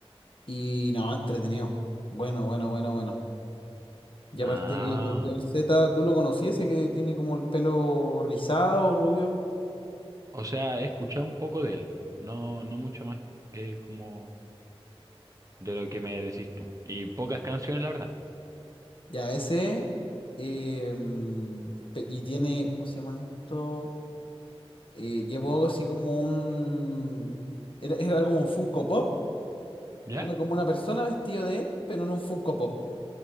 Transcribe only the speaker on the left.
Y no, entretenido. Bueno, bueno, bueno, bueno. Y aparte
que el John Z, ¿tú lo conocías? Ese que tiene como el pelo rizado, rubio.
Ya, ese. em, pe- y tiene, ¿cómo se llama esto? Eh, llevó así como un... Era, era como un Funko Pop.
Era como una persona vestida de él, pero en un Funko Pop.